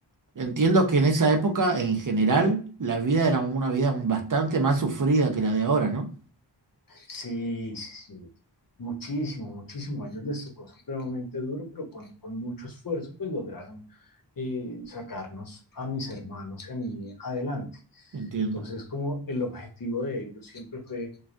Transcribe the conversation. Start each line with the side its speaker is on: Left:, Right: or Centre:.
Right: Entiendo que en esa época, en general, la vida era una vida bastante más sufrida que la de ahora, ¿no?
Left: sí, sí, sí, muchísimo, muchísimo. A ellos les tocó supremamente duro, pero con, con mucho esfuerzo, pues lograron eh, sacarnos a mis hermanos y a mí adelante.
Right: Entiendo.
Left: Entonces, como el objetivo de ellos siempre fue